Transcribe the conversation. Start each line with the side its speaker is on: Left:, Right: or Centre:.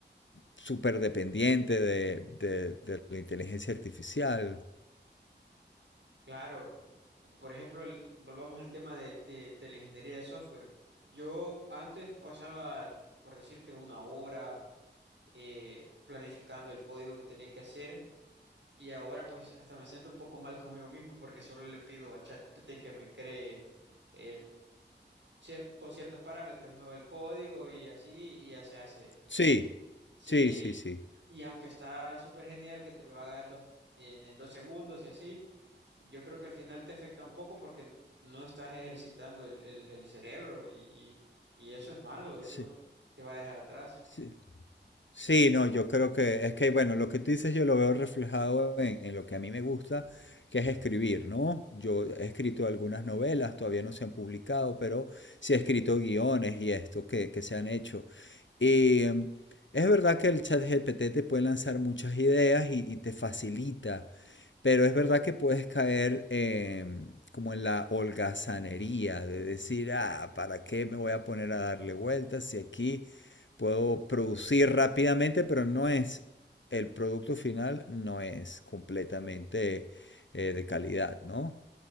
Left: súper dependiente de, de- de la inteligencia artificial.
Right: Claro, por ejemplo, el- volvamos al tema de, de- de la ingeniería de software. Yo antes pasaba, por decirte, una hora eh, planificando el código que tenía que hacer y ahora pues hasta me siento un poco mal conmigo mismo porque solo le pido a ChatGPT que me cree eh, cier- con ciertos parámetros, ¿no? El código y así y ya se hace.
Left: Sí,
Right: Sí,
Left: sí,
Right: eh,
Left: sí, sí.
Right: y aunque está súper genial que te lo haga en dos, en en dos segundos y así. yo creo que al final te afecta un poco porque no estás ejercitando el, el- el cerebro y, y- y eso es malo, eso
Left: Sí,
Right: te va a dejar atrás.
Left: sí. Sí, no, yo creo que es que, bueno, lo que tú dices yo lo veo reflejado en, en lo que a mí me gusta, que es escribir, ¿no? Yo he escrito algunas novelas, todavía no se han publicado, pero sí he escrito guiones y esto que, que se han hecho. Y em, es verdad que el chat GPT te puede lanzar muchas ideas y, y te facilita, pero es verdad que puedes caer em, como en la holgazanería de decir, ah, ¿para qué me voy a poner a darle vueltas si aquí puedo producir rápidamente, pero no es, el producto final no es completamente eh, de calidad, ¿no?